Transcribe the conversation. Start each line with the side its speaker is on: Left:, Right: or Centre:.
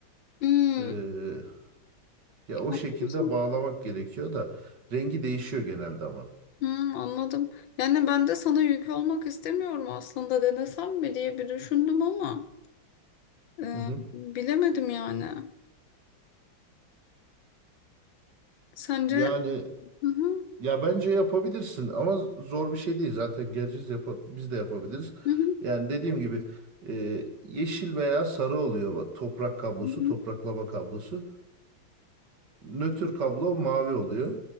Left: Hmm,
Right: E, ya o
Left: anladın
Right: şekilde
Left: mı?
Right: bağlamak gerekiyor da rengi değişiyor genelde ama.
Left: Hmm, anladım. Yani ben de sana yük olmak istemiyorum aslında denesem mi diye bir düşündüm ama e,
Right: Hı hı.
Left: bilemedim yani. Sence?
Right: Yani
Left: Hı hı,
Right: Ya bence yapabilirsin ama zor bir şey değil. Zaten geleceğiz yapa- biz de yapabiliriz.
Left: hı hı.
Right: Yani dediğim gibi e, yeşil veya sarı oluyor. Bak toprak kablosu,
Left: Hı
Right: topraklama kablosu. Nötr kablo mavi oluyor.